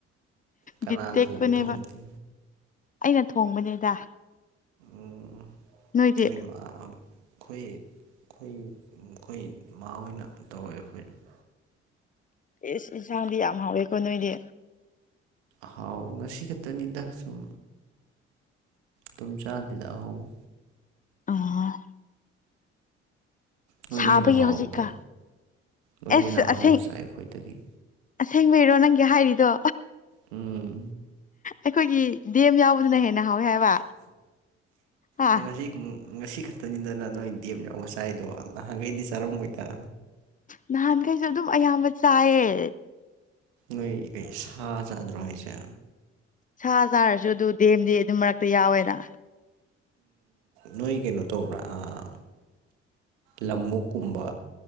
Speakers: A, on the right (about 75°); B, on the left (about 25°).
A: ꯀꯅꯥ
B: ꯕꯤꯠ ꯇꯦꯛꯄꯅꯦꯕ
A: ꯊꯣꯡꯒꯦ ꯊꯣꯡꯕꯗꯦ
B: ꯑꯩꯅ ꯊꯣꯡꯕꯅꯦꯗ
A: ꯎꯝ
B: ꯅꯣꯏꯗꯤ
A: ꯅꯣꯏꯃꯥ ꯑꯩꯈꯣꯏ ꯑꯩꯈꯣꯏ ꯑꯩꯈꯣꯏ ꯏꯃꯥꯣꯏꯅ ꯇꯧꯋꯦ ꯑꯩꯈꯣꯏꯗ <inaudible>
B: ꯑꯦꯁ ꯏꯟꯁꯥꯡꯗꯤ ꯌꯥꯝ ꯍꯥꯎꯋꯦꯀꯣ ꯅꯣꯏꯗꯤ
A: ꯍꯥꯎ ꯉꯁꯤ ꯈꯛꯇꯅꯤꯗ ꯁꯨꯝ ꯇꯨꯆꯥ ꯍꯥꯗꯤꯗꯍꯣ ꯃ
B: ꯑ
A: ꯅꯣꯏꯅ
B: ꯁꯥꯕꯒꯤ
A: ꯍꯦꯟꯅ ꯍꯥꯎꯋꯤꯗ
B: ꯍꯧꯖꯤꯛꯀꯥ
A: ꯅꯣꯏꯅꯦꯅ
B: ꯑꯦꯁ
A: ꯑꯍꯥꯎꯕ
B: ꯑꯁꯦꯡ
A: ꯆꯥꯏ ꯑꯩꯈꯣꯏꯗꯒꯤ
B: ꯑꯁꯦꯡꯕꯩꯔꯣ ꯅꯪꯒꯤ ꯍꯥꯏꯔꯤꯗꯣ
A: ꯎꯝ
B: ꯑꯩꯈꯣꯏꯒꯤ ꯗꯦꯝ ꯌꯥꯎꯕꯗꯨꯅ ꯍꯦꯟꯅ ꯍꯥꯎꯋꯦ ꯍꯥꯏꯕ ꯍꯥ
A: ꯅꯪ ꯉꯁꯤ ꯉꯁꯤ ꯈꯛꯇꯅꯤꯗꯅ ꯅꯣꯏ ꯗꯦꯝ ꯌꯥꯎꯕ ꯆꯥꯏꯗꯣ ꯅꯍꯥꯟꯈꯩꯗꯤ ꯆꯥꯔꯝꯃꯣꯏꯗ
B: ꯅꯍꯥꯟꯈꯩꯁꯨ ꯑꯗꯨꯝ ꯑꯌꯥꯝꯕ ꯆꯥꯏꯌꯦ
A: ꯅꯣꯏ ꯀꯩ ꯁꯥ ꯆꯥꯗ꯭ꯔꫭ ꯍꯥꯏꯁꯦ
B: ꯁꯥ ꯆꯥꯔꯁꯨ ꯑꯗꯨ ꯗꯦꯝꯗꯤ ꯑꯗꯨꯝ ꯃꯔꯛꯇ ꯌꯥꯎꯋꯦꯅ
A: ꯅꯣꯏ ꯀꯩꯅꯣ ꯇꯧꯕ꯭ꯔꯥ ꯑꯥ ꯂꯃꯣꯛꯛꯀꯨꯝꯕ